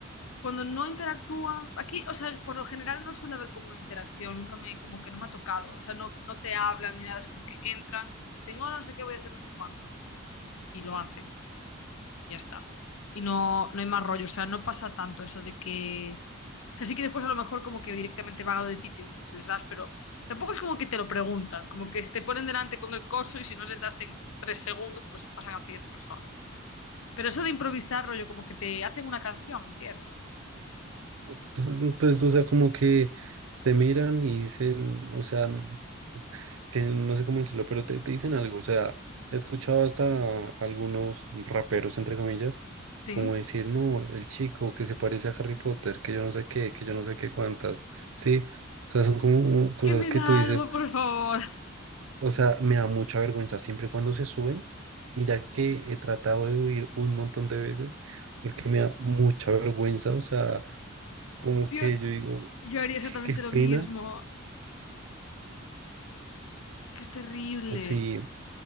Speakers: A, on the left; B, on the right.
A: que cuando no interactúan, aquí, o sea, por lo general no suele haber como una interacción, nunca me, como que no me ha tocado, o sea, no, no te hablan ni nada, es como que entran, dicen, oh, no sé qué voy a hacer, no sé cuánto, y lo hacen, y ya está. Y no, no hay más rollo, o sea, no pasa tanto eso de que, o sea, sí que después a lo mejor como que directamente van a lo de ti y te dicen si les das, pero tampoco es como que te lo preguntan, como que si te ponen delante con el coso y si no les das en tres segundos, pues pasan a la siguiente persona. Pero eso de improvisar, rollo, como que te hacen una canción, entiendo.
B: Entonces, Pues, o sea, como que te miran y dicen, o sea, n- que no sé cómo decirlo, pero te, te dicen algo, o sea, he escuchado hasta algunos raperos, entre comillas,
A: Sí.
B: como decir, no, el chico que se parece a Harry Potter, que yo no sé qué, que yo no sé qué cuántas, sí, o sea, son como cosas
A: Que me
B: que
A: da
B: tú dices,
A: algo, por favor.
B: o sea, me da mucha vergüenza siempre y cuando se suben, mira que he tratado de huir un montón de veces, porque me da mucha vergüenza, o sea, como
A: Dios,
B: que yo digo,
A: yo haría exactamente
B: qué qué pena,
A: lo mismo. Es que es terrible.
B: sí